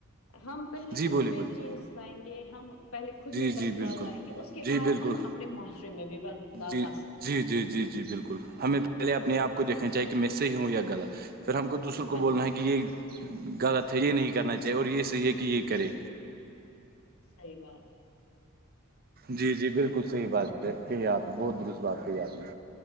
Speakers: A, on the left; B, on the right.
A: ہم پہلے
B: جی بولیے
A: خود
B: بولیے
A: میں چینج لائیں گے ہم پہلے خود
B: جی
A: میں بدلاؤ
B: جی بالکل
A: لائیں گے اس کے
B: جی
A: بعد
B: بالکل
A: ہم اپنے معاشرے میں بھی بدلاؤ
B: جی
A: لا سکتے
B: جی
A: ہیں
B: جی جی جی بالکل ہمیں تو پہلے اپنے آپ کو دیکھنا چاہے کہ میں سے ہی ہوں یا غل پھر ہم کو دوسروں کو
A: بالکل
B: بولنا ہے کہ یہ غلط ہے یہ نہیں کرنا چاہیے اور یہ صی ہے کہ یہ کرے
A: صیح بات
B: جی جی بالکل صحیح بات ہے کہی آپ نے بہت درست بات کہی آپ نے